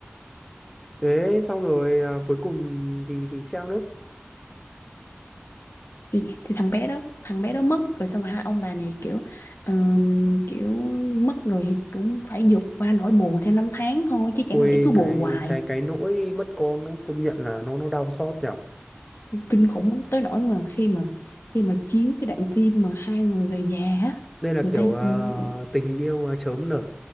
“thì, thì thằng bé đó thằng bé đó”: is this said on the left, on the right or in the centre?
Left